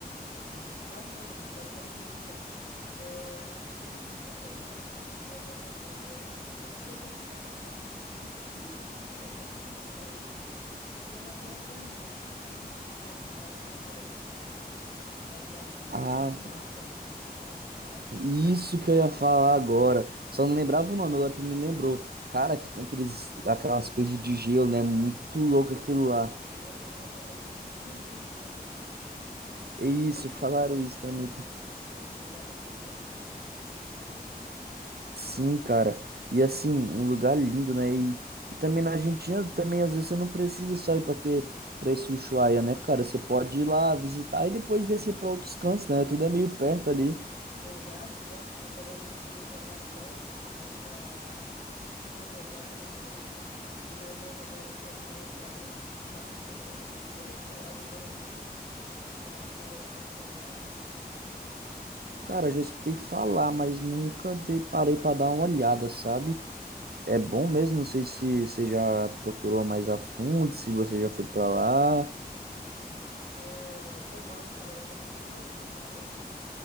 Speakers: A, on the left; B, on the right.
A: Muito bacana, muito bacana mesmo, cara. É, eu acho que seria muito legal mesmo viajar pra neve. Eu, eu sei que aqui na América do Sul tem o Chile, né, de legal que dá pra ir, e tem a própria Argentina, né? Não sei se tu já ouviu falar das viagens pra lá. A viagem pro
B: Ah,
A: Ushuaia, já ouviu falar do Ushuaia?
B: isso que eu ia falar agora. Só não lembrava o nome, agora tu me lembrou. Cara, que tem aqueles, aquelas coisas de gelo, né? Muito louco aquilo lá.
A: É, o pessoal fala que é o fim do mundo lá, né?
B: É isso,
A: Porque
B: falaram
A: é, o- é
B: isso
A: mais
B: pra mim.
A: longe,
B: cara.
A: é o lugar mais longe que tem.
B: Sim, cara. E assim, um lugar lindo, né? E, e também na Argentina, também às vezes você não precisa só ir pra, que, pra esse Ushuaia, né, cara? Você pode ir lá visitar e depois descer pra outros cantos, né? Tudo é meio perto ali.
A: Exato, exato. O pessoal vai muito ali para Bariloche, vai para Buenos Aires mesmo. E lá em Buenos Aires tem aquele restaurante de carne, né? Não sei se tu já ouviu falar, do Dom Julio, que é um restaurante muito premiado.
B: Cara, já escutei falar, mas nunca dei, parei para dar uma olhada, sabe?
A: Uhum.
B: É bom mesmo, não sei se você já procurou mais a fundo, se você já foi para lá,
A: É, foi mal, cara. Acabou que eu nem ouvi. Pra onde?